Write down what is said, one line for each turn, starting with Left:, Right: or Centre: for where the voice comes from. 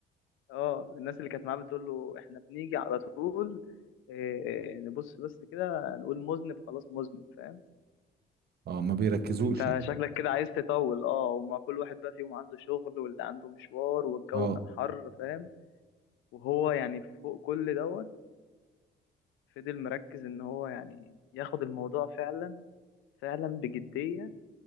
Left: اه الناس اللي كانت معاه بتقول له احنا بنيجي على طول إيه نبص بس كده نقول مذنب خلاص مذنب فاهم
Right: اه ما بيركزوش
Left: انت
Right: يعني
Left: شكلك كده عايز تطول اه وما كل واحد بقى فيهم عنده شغل واللي عنده مشوار والجو
Right: اه
Left: كان حر فاهم وهو يعني فوق كل دوت فضل مركز ان هو يعني ياخد الموضوع فعلا فعلا بجدية